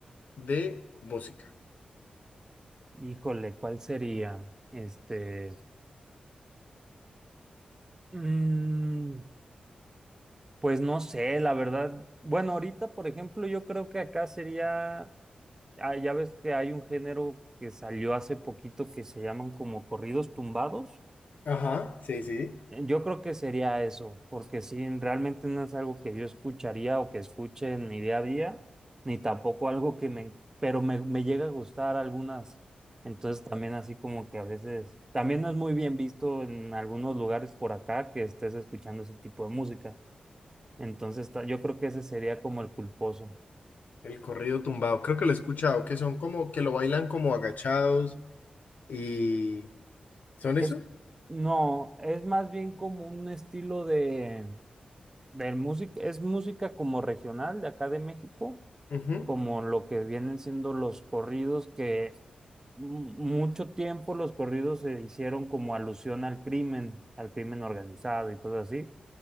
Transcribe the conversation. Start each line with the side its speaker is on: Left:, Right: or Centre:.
Left: de música?
Right: Híjole, ¿cuál sería? Este, mm, pues no sé, la verdad. Bueno, ahorita, por ejemplo, yo creo que acá sería, ah, ya ves que hay un género que salió hace poquito que se llaman como corridos tumbados.
Left: Ajá, sí, sí.
Right: Yo creo que sería eso, porque sí, realmente no es algo que yo escucharía o que escuche en mi día a día, ni tampoco algo que me, pero me, me llega a gustar algunas. Entonces también así como que a veces, también no es muy bien visto en algunos lugares por acá que estés escuchando ese tipo de música. Entonces ta- yo creo que ese sería como el culposo.
Left: El corrido tumbado. Creo que lo he escuchado, que son como que lo bailan como agachados y... ¿Son
Right: Es,
Left: esos?
Right: no, es más bien como un estilo de, de música, es música como regional de acá de México
Left: Ujú,
Right: como lo que vienen siendo los corridos, que mu- mucho tiempo los corridos se hicieron como alusión al crimen, al crimen organizado y cosas así.